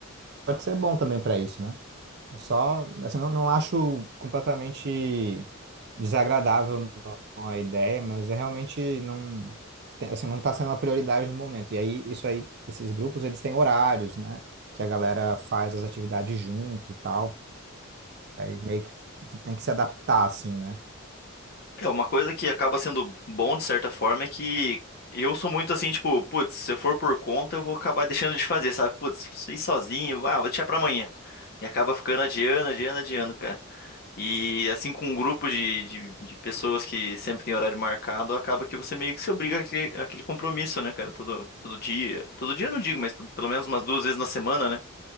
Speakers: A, on the right; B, on the left.
A: Pode ser bom também para isso, né? Eu só, assim, não, não acho completamente desagradável não, a ideia, mas é realmente não, tem- assim, não está sendo uma prioridade no momento. E aí, isso aí, esses grupos, eles têm horários, né? Que a galera faz as atividades junto e tal. Aí meio que tu tem que se adaptar, assim, né?
B: É, uma coisa que acaba sendo bom de certa forma é que eu sou muito assim, tipo, putz, se eu for por conta, eu vou acabar deixando de fazer, sabe? Putz, isso eu sozinho, ah, vou deixar pra amanhã. E acaba ficando adiando, adiando, adiando, cara. E assim, com um grupo de, de, de pessoas que sempre tem horário marcado, acaba que você meio que se obriga àquele, àquele compromisso, né, cara? Todo, todo dia. Todo dia eu não digo, mas pelo menos umas duas vezes na semana, né?